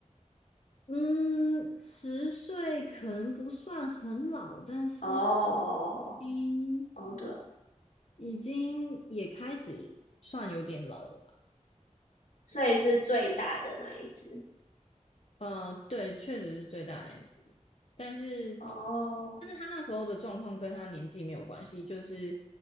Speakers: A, on the left; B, on the left.
A: 嗯，十岁可能不算很老，但是。
B: 哦哦，
A: 嗯
B: 哦对，
A: 已经也开始算有点老了啦。
B: 所以是最大的那一只。
A: 呃，对，确实是最大那一只，但是，
B: 哦，
A: 但是他那时候的状况跟他年纪没有关系，就是